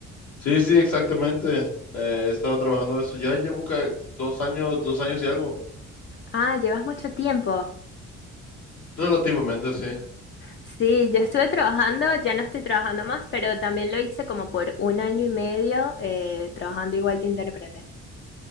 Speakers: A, on the left; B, on the left.
A: Sí, sí, exactamente. Eh, he estado trabajando eso. Ya llevo ca- dos años, dos años y algo.
B: Ah, llevas mucho tiempo.
A: Relativamente, sí.
B: Sí, yo estuve trabajando, ya no estoy trabajando más, pero también lo hice como por un año y medio eh, trabajando igual de intérprete.